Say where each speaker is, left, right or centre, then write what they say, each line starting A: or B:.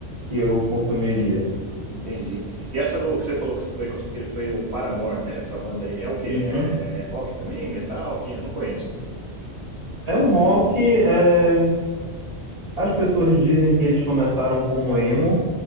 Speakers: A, on the right (about 35°); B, on the right (about 65°).
A: que eu consumiria.
B: Entendi. E essa do que você falou que você foi com sua filha foi o Paramore, né? Essa banda aí. É o quê?
A: Uhum.
B: É, é rock também? Metal? Que eu não conheço.
A: É um rock. é, As pessoas dizem que eles começaram como emo.